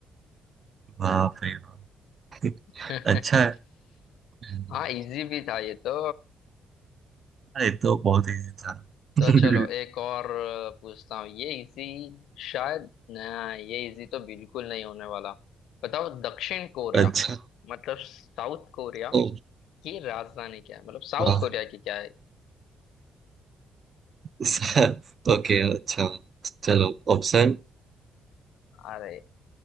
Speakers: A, on the right; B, on the left.
A: वाह भाई वाह
B: <laughs>
A: <laughs> अच्छा है हम्म,
B: हाँ इजी भी था ये तो
A: हाँ, ये तो बहुत इजी था <laughs>
B: तो चलो एक और अ, पूछता हूँ ये इजी शायद ना ये इजी तो बिल्कुल नहीं होने वाला बताओ दक्षिण कोरिया
A: अच्छा
B: मतलब साउथ कोरिया
A: ओ
B: की राजधानी क्या है मतलब साउथ
A: वाह
B: कोरिया की क्या है
A: <laughs> ओके अच्छा चलो ऑप्शन
B: अरे